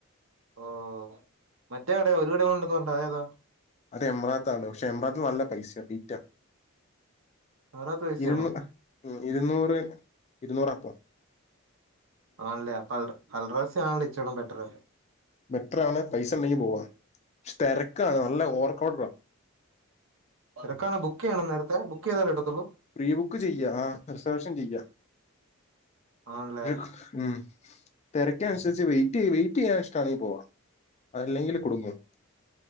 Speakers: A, on the right (about 65°); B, on the left (about 30°).
A: ഓ മറ്റേ കട ഒരു കട കൂടെ ഒണ്ടെന്ന് പറഞ്ഞത് അതേതാ
B: അത് എമ്രാത്താണ് പക്ഷെ എമ്രാറാത്ത് നല്ല പൈസയ റേറ്റാ
A: അറുപത് പൈസയാണോ
B: ഇരുന്നു ഇരുന്നൂറ് ഇരുന്നൂറാപ്പം
A: ആണല്ലേ അപ്പ അൽ അൽറാസി ആണല്ലെ ഇച്ചിരൂടെ ബെറ്ററ്
B: ബെറ്ററാണ് പൈസണ്ടെങ്കി പോവാ ഷ് തെരക്കാണ് നല്ല ഓർക്കൗഡറാ
A: തെരക്കാണെ ബുക്ക് ചെയ്യണം നേരത്തെ ബുക്ക് ചെയതാലേ കിട്ടത്തുള്ളൂ
B: പ്രീബുക്ക് ചെയ്യാ ആഹ് റിസർവേഷൻ ചെയ്യാ
A: ആണല്ലേ
B: ദേക്കു ഉം തെരക്കനുസരിച്ച് വെയിറ്റ് ചെയ്യ് വെ വിറ്റ് ക്യാഷ് ട്ടാണി പോവാ അല്ലെങ്കില് കുടുങ്ങും